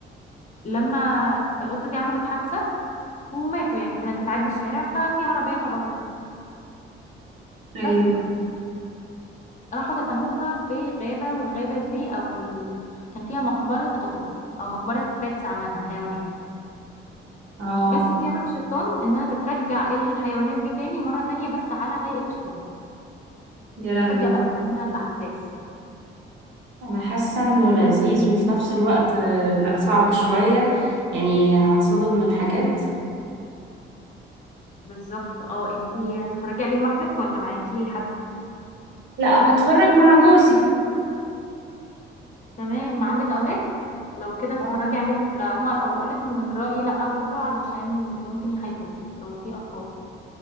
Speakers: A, on the left; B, on the right.
A: لما القطه دي عملت حادثه وماتوا يعني كانت بتعدي الشارع ففي عربيه خبطتها
B: ايوه
A: بس فراحوا دفنوها في غابه والغابه دي او ال... كان فيها مقبره قطط او مقبره بيتس عامه حيوانات
B: اه
A: بس فيها روح شيطان انها بترجع الحيوانات دي تاني مرة تانية بس على هيئة شيطان
B: يا لهوي
A: تبدأ بقى من هنا الأحداث
B: انا حاسة انه لذيذ وفي نفس الوقت آه، لا صعب شوية يعني هتصدم من حاجات
A: بالظبط اه انتي هتتفرجي عليه لوحدك ولا معاكي حد
B: لا هتفرج مع جوزي
A: تمام عندك أولاد لو كده تتفرجي
B: اه
A: عليهم ولا هما ولا أقولك من رأيي لأ برضو علشان ممكن يخافوا لو في أطفال